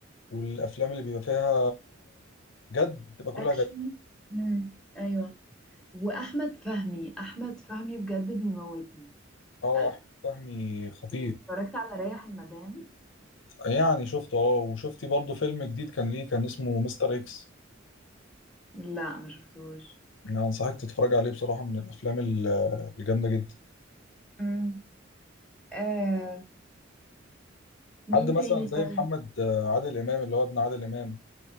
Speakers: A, on the left; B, in the centre.
A: والأفلام اللي بيبقى فيها جد بتبقى كلها
B: اكشن
A: جد
B: امم ايوه واحمد فهمي احمد فهمي بجد بيموتني
A: اه
B: أ-
A: أحمد فهمي خطير
B: اتفرجت على ريح المدام
A: يعني شفته اه وشفتي برضه فيلم جديد كان ليه كان اسمه مستر اكس
B: لا ما شفتوش
A: انا انصحك تتفرج عليه بصراحة من الافلام ال- الجامدة جدا
B: مم. آه مين
A: حد مثلا
B: تاني
A: زي
B: طيب
A: محمد آه، عادل امام اللي هو ابن عادل امام